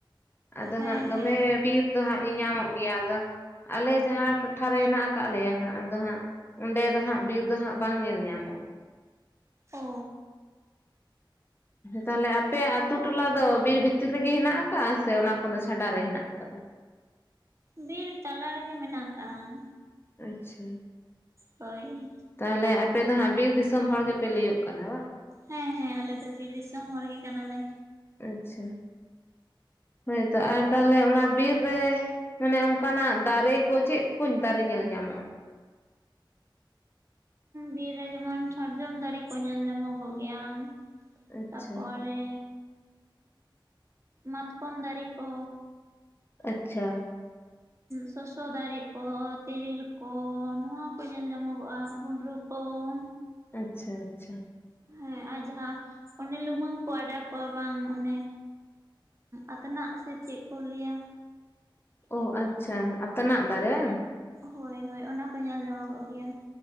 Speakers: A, on the left; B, on the right.
A: ᱟᱫᱚ
B: ᱦᱮᱸ
A: ᱦᱟᱸᱜ ᱫᱚᱢᱮ
B: ᱦᱮᱸ
A: ᱵᱤᱨ ᱫᱚ ᱦᱟᱸᱜ ᱧᱟᱢᱚᱜ ᱜᱮᱭᱟ, ᱟᱫᱚ ᱟᱞᱮ ᱡᱟᱦᱟᱸ ᱴᱚᱴᱷᱟᱨᱮ ᱦᱮᱱᱟᱜ ᱟᱠᱟᱫ ᱞᱮᱭᱟ ᱦᱟᱸᱜ, ᱟᱫᱚ ᱦᱟᱸᱜ ᱚᱸᱰᱮ ᱫᱚ ᱦᱟᱸᱜ ᱵᱤᱨ ᱫᱚ ᱦᱟᱸᱜ ᱵᱟᱝ ᱧᱮᱞ ᱧᱟᱢᱚᱜᱼᱟ
B: ᱚᱻ
A: ᱛᱟᱦᱞᱮ ᱟᱯᱮᱭᱟᱜ ᱟᱛᱩ ᱴᱚᱞᱟ ᱫᱚ ᱵᱤᱨ ᱵᱷᱤᱛᱤᱨ ᱨᱮᱜᱮ ᱦᱮᱱᱟᱜ ᱟᱠᱟᱫᱟ ᱥᱮ ᱚᱱᱟ ᱠᱷᱚᱱ ᱫᱚ ᱪᱷᱟᱰᱟ ᱨᱮ ᱦᱮᱱᱟᱜ ᱟᱠᱟᱫᱟ
B: ᱵᱤᱨ ᱛᱟᱞᱟ ᱨᱮᱜᱮ ᱢᱮᱱᱟᱜ ᱟᱠᱟᱜᱼᱟ
A: ᱟᱪᱪᱷᱟ
B: ᱦᱳᱭ
A: ᱛᱟᱦᱮᱞᱮ ᱟᱯᱮ ᱫᱚ ᱦᱟᱸᱜ ᱵᱤᱨ ᱫᱤᱥᱚᱢ ᱦᱚᱲ ᱜᱮᱯᱮ ᱞᱟᱹᱭᱩᱜ ᱠᱟᱱᱟ ᱵᱟᱝ
B: ᱦᱮᱸ ᱦᱮᱸ ᱟᱞᱮ ᱫᱚ ᱵᱤᱨ ᱫᱤᱥᱚᱢ ᱦᱚᱲ ᱜᱮ ᱠᱟᱱᱟᱞᱮ
A: ᱟᱪᱪᱷᱟ ᱦᱳᱭᱛᱚ ᱟᱨ ᱛᱟᱦᱞᱮ ᱚᱱᱟ ᱵᱤᱨ ᱨᱮ ᱢᱟᱱᱮ ᱚᱱᱠᱟᱱᱟᱜ ᱫᱟᱨᱮ ᱠᱚ ᱪᱮᱫ ᱠᱚ ᱫᱟᱨᱮ ᱧᱮᱞ ᱧᱟᱢᱚᱜ-ᱟ
B: ᱵᱤᱨ ᱨᱮ ᱡᱮᱢᱚᱱ ᱥᱟᱨᱡᱚᱢ ᱫᱟᱨᱮ ᱠᱚ ᱧᱮᱞ ᱧᱟᱢᱚᱜᱚᱜ ᱜᱮᱭᱟ
A: ᱟᱪᱪᱷᱟ
B: ᱛᱟᱯᱚᱨᱮ ᱢᱟᱛᱠᱚᱢ ᱫᱟᱨᱮ ᱠᱚᱻ
A: ᱟᱪᱪᱷᱟ
B: ᱥᱚᱥᱚ ᱫᱟᱨᱮ ᱠᱚ ᱛᱤᱨᱤᱞ ᱠᱚ ᱱᱚᱣᱟ ᱠᱚ ᱧᱮᱞ ᱧᱟᱢᱚᱜᱚᱜᱼᱟ ᱵᱩᱸᱰᱨᱩ ᱠᱚ ᱚᱻ
A: ᱟᱪᱪᱷᱟ ᱪᱷᱟ
B: ᱦᱮᱸ ᱟᱨ ᱡᱟᱦᱟᱸ ᱚᱱᱮ ᱞᱩᱢᱟᱹᱝ ᱠᱚ ᱟᱰᱟ ᱠᱚᱣᱟ ᱵᱟᱝ ᱚᱱᱮ ᱟᱛᱟᱱᱟᱜ ᱥᱮ ᱪᱮᱫ ᱠᱚ ᱞᱟᱹᱭᱟ
A: ᱚ ᱟᱪᱪᱷᱟ ᱟᱛᱱᱟᱜ ᱫᱟᱨᱮᱟᱝ
B: ᱦᱳᱭ ᱦᱳᱭ ᱚᱱᱟᱠᱚ ᱧᱮᱞ ᱧᱟᱢᱚᱜᱚᱜ ᱜᱮᱭᱟ